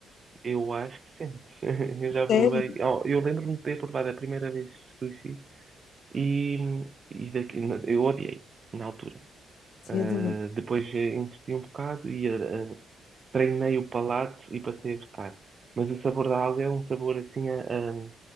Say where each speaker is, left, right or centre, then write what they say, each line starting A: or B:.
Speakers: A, on the right; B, on the left.
A: Eu acho que sentes. <laughs> Eu já provei.
B: Sério?
A: Oh, eu lembro-me de ter provado a primeira vez sushi e, e daqui, eu odiei na altura.
B: Sim,
A: Ah,
B: eu também.
A: depois eh, investi um bocado e ah, ah, treinei o palato e passei a gostar. Mas o sabor da alga é um sabor assim a, a-